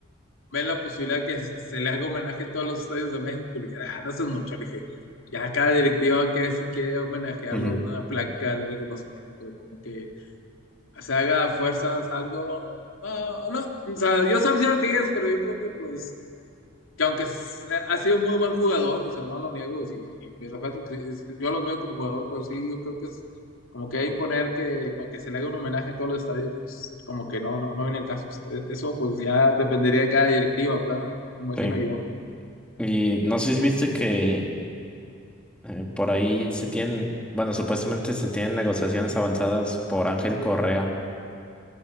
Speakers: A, on the left; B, in the centre.
A: ven la posibilidad que se le haga homenaje a todos los estadios de México. Le dije, ah, no eso es mucho. Le dije, ya cada directiva que si quiere homenajearlo,
B: Ujú,
A: una placa de reconocimiento, pero como que se haga a fuerzas algo. ah, no, o sea, yo sabía de Tigres, pero yo creo que pues que aunque es- ha sido muy buen jugador, o sea, no lo niego, sí, y mis respetos, que es- yo los veo como jugador, pero sí, yo creo que es como que imponer que para que se le haga un homenaje en todos los estadios, pues como que no, no, no viene el caso, o sea, e-, eso pues ya dependería de cada directiva, ¿verdad? Me imagino
B: Sí.
A: yo.
B: Y no sé si viste que eh, por ahí se tienen, bueno, supuestamente se tienen negociaciones avanzadas por Ángel Correa.